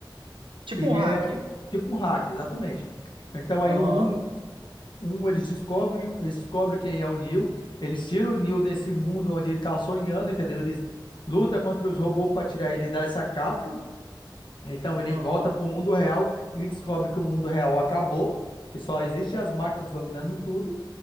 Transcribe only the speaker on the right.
tipo
um hack.
Aham,
aham.